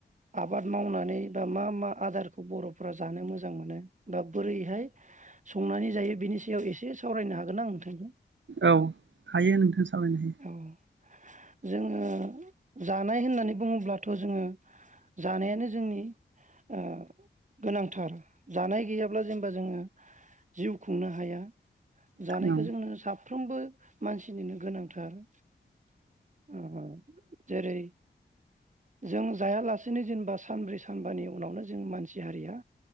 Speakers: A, on the right; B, on the right.
A: आबाद मावनानै बा मा मा आदारखौ बर'फोरा जानो मोजां मोनो बा बोरैहाय संनानै जायो बिनि सायाव एसे सावरायनो हागोन ना नोंथांजों
B: औ हायो नोंथां सावरायनो हायो
A: औ <inaudible> जोङो जा जानाय होननानै बुङोब्लाथ' जोङो जानायानो जोंनि ओ गोनांथार जानाय गैयाब्ला जेनेबा जोङो जिउ खुंनो हाया जानायखौ
B: हायो औ
A: जोंनो सा फ्रोमबो मानसिनिनो गोनांथार ओ जेरै जों जायालासेनो जेनेबा सानब्रै सानबानि उनावनो जों मानसि हारिया